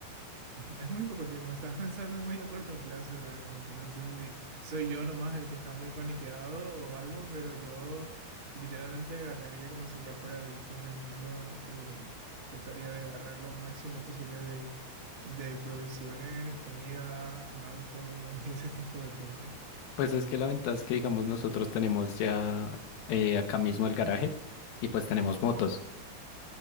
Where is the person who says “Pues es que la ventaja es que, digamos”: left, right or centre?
Left